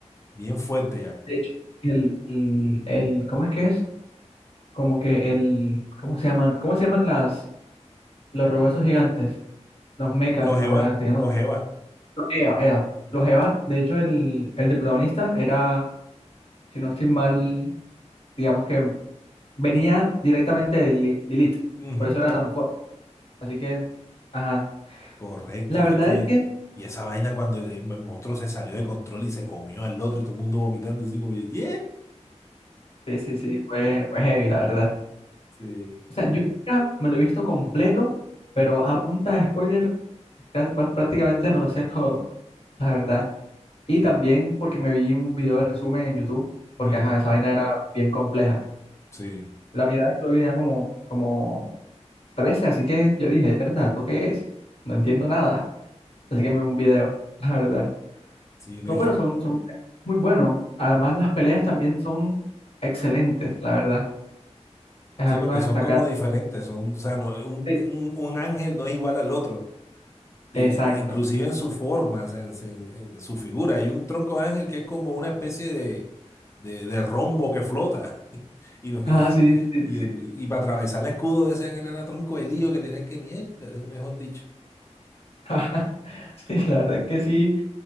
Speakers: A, on the left (about 25°); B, on the left (about 55°).
A: bien fuerte ya.
B: De hecho, el, el, el- ¿cómo es que es? Como que el, ¿cómo se llaman? ¿Cómo se llaman las, los robots gigantes? Los mechas,
A: Los
B: no,
A: Eva,
B: eran tenían
A: los
B: ot-
A: Eva.
B: los EVA, EVA.
A: ¿no?
B: Los EVA, de hecho, el, el de protagonista era, si no estoy mal, digamos que venía directamente de Li- Lilith.
A: Ujú,
B: Por eso era tan fuerte. Así que, ajá.
A: Correcto,
B: La
A: y
B: verdad
A: es que,
B: es que
A: y esa vaina cuando el, el monstruo se salió de control y se comió al otro y todo el mundo vomitando, así como, ¡yet!
B: Sí, sí, sí, fue, fue heavy, la verdad.
A: Sí.
B: O sea, yo nunca me lo he visto completo, pero a punta de spoiler pra- pra- prácticamente me lo sé todo, la verdad. Y también porque me vi un video de resumen en YouTube, porque
A: Ujú,
B: ajá, esa vaina era bien compleja.
A: Sí.
B: La primera vez que lo vi tenía como, como trece así que yo dije, ¿verdad? ¿Esto qué es? No entiendo nada. Así que me vi un video, <laughs> la verdad.
A: Sí, no
B: No,
A: es
B: pero
A: que,
B: son, son muy buenos. Además, las peleas también son excelentes, la verdad. Es
A: sí,
B: algo
A: porque
B: a destacar.
A: son como diferentes, son, o sea, no, un,
B: Sí,
A: un, un ángel no es igual al otro. de-
B: exacto.
A: inclusive en su forma, o sea, en, en- en su figura. Hay un tronco de ángel que es como una especie de, de, de rombo que flota. <laughs> Y, no- y,
B: Ah, sí, sí,
A: y,
B: sí, sí.
A: y para atravesar el escudo de ese ángel era tronco de lío que tenía que mierda, mejor dicho.
B: <laughs> Ah, sí, la verdad que sí,